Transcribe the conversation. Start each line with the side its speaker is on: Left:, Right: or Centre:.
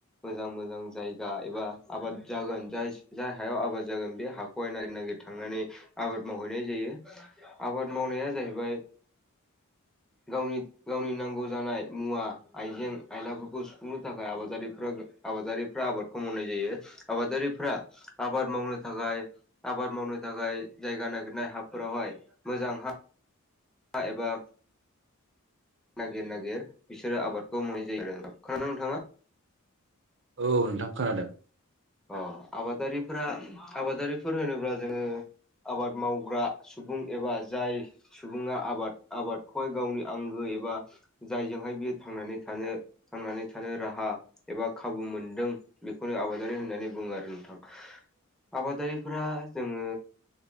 Centre: मोजां मोजां जायगा एबा आबाद जागोन जाय जाय हायाव आबाद जागोन बे हाखौहाय नागिर नागिर थांनानै आबाद मावहैनाय जायो आबाद मावनाया जाहैबाय गावनि गावनि नांगौ जानाय मुवा आइजें आयलाफोरखौ सुफुंनो थाखाय आबादारिफोरा गो बां आबादारिफ्रा आबादखौ मावनाय जायो आबादारिफ्रा आबाद मावनो थाखाय आबाद मावनो थाखाय जायगा नागिरनाय हाफोरावहाय मोजां हा एबा नागिर नागिर बिसोरो आबादखौ मावनाय जायो आरो नोंथान खोनादोंना नोंथाङा?
Right: औ नोंथां खोनादों।
Centre: औ आबादारिफोरा आबादारिफोर होनोब्ला जोङो आबाद मावग्रा सुबुं एबा जाय सुबुङा आबाद आबादखौहाय गावनि आंगो एबा जायजोंहाय बियो थांनानै थानो थांनानै थानो राहा एबा खाबु मोनदों बेखौनो आबा दारि होननानै बुङो आरो नोंथां। आबादारिफोरा जोङो